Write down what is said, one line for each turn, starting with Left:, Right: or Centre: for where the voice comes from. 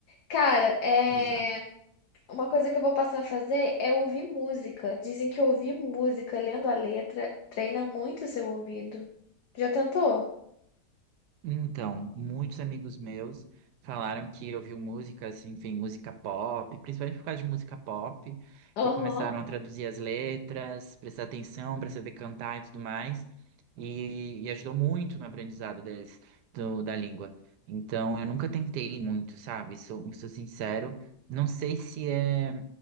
Left: Cara, é.
Right: <laughs> Exato.
Left: Uma coisa que eu vou passar a fazer é ouvir música. Dizem que ouvir música lendo a letra treina muito o seu ouvido. Já tentou?
Right: Então, muitos amigos meus falaram que ouviu música, assim, enfim, música pop, principalmente por causa de música pop,
Left: Aham.
Right: que começaram a traduzir as letras, prestar atenção para saber cantar e tudo mais, e, e ajudou muito no aprendizado deles, do- da língua. Então, eu nunca tentei muito, sabe? Sou, sou sincero, não sei se é